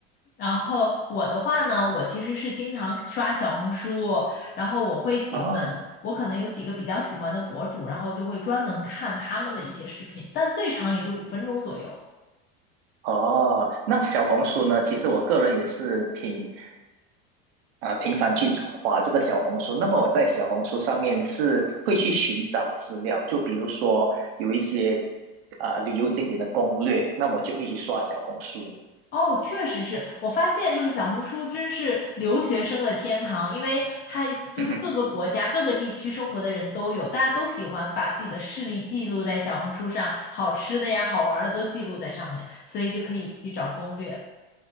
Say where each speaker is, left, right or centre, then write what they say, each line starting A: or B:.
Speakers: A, on the left; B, on the right.
A: 然后我的话呢，我其实是经常刷小红书，然后我会喜欢，
B: 哦
A: 我可能有几个比较喜欢的博主，然后就会专门看他们的一些视频，但最长也就五分钟左右。
B: 哦，那小红书呢？其实我个人也是挺啊，频繁去划这个小红书，那么我在小红书上面是会去寻找资料，就比如说有一些啊、呃旅游景点的攻略，那我就会去刷小红书。
A: 哦，确实是我发现，就是小红书真是留学生的天堂，因为它就是各个国家、
B: <laughs>
A: 各个地区生活的人都有，大家都喜欢把自己的事例记录在小红书上，好吃的呀、好玩的都记录在上面，所以就可以去找攻略。